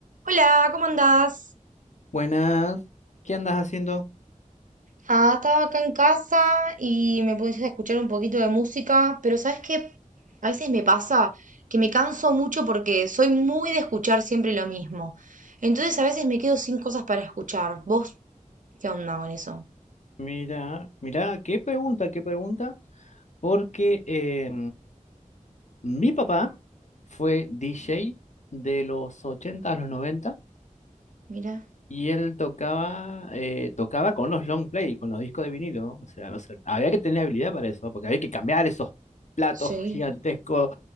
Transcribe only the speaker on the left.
Buenas, ¿qué andas haciendo?
Mira, mira, qué pregunta, qué pregunta, porque eh, mi papá fue DJ de los 80 a los noventa
y él tocaba, eh, tocaba con los long play, con los discos de vinilo, o sea, o sea, había que tener habilidad para eso, porque había que cambiar esos platos
<laughs> gigantescos